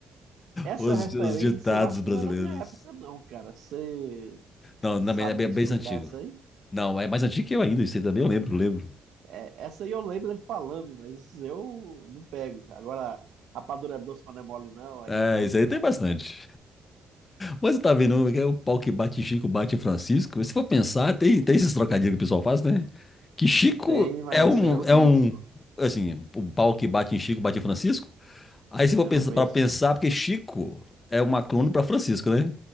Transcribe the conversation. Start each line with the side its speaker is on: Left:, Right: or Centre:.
Right: Essa
Left: os,
Right: referência
Left: os ditados
Right: eu acho
Left: brasileiros.
Right: que não é da minha época, não, cara. Você
Left: Não,
Right: sabe
Left: também é bem,
Right: me
Left: é bem
Right: explicar
Left: antigo.
Right: essa aí?
Left: Não, é mais antigo que eu ainda, isso aí também eu lembro, lembro.
Right: É, essa aí eu lembro dele falando, mas eu não pego. Agora, rapadura é doce, mas não é mole, não. Aí
Left: É,
Right: é muito
Left: isso aí
Right: bom,
Left: tem bastante.
Right: cara.
Left: Mas você tá vendo, é o pau que bate em Chico, bate em Francisco. Se for pensar, tem, tem esses trocadilhos que o pessoal faz, né? Que Chico
Right: É, Tem, mas
Left: é um,
Right: essa aí eu não
Left: é
Right: conheço,
Left: um,
Right: não.
Left: assim, o pau que bate em Chico, bate em Francisco. Aí se
Right: Eu
Left: for pensar,
Right: não conheço.
Left: pra pensar, porque Chico é um acrônimo pra Francisco, né?